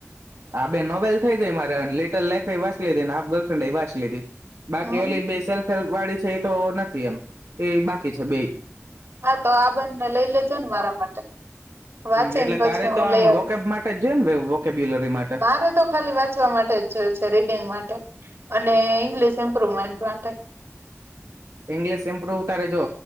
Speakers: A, on the right; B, on the right.
A: આ બે નોવેલ થઈ ગઈ મારે લિટલ લાઈફ એ વાંચ લીધી હાફ ગર્લફ્રેન્ડ એ વાંચ લીધી બાકી
B: હમ
A: ઓલી બે સેલ્ વાળી છે એ તો નથી એમ એ બાકી છે બે.
B: હા તો આ બંને લઈ લેજે ને મારા માટે. વાંચીને
A: હમ એટલે
B: પછી
A: તારે તો
B: હું
A: આમ
B: લઈ આવીશ
A: વોકેબ માટે જ જોઈએ ને વોકેબ્યુલરી માટે
B: મારે તો ખાલી વાંચવા માટે જ જોય છે રીડિંગ માટે. અને ઇંગ્લિશ ઇમ્પ્રુવમેન્ટ માટે.
A: ઇંગ્લિશ ઇમપ્રુવ તારે જો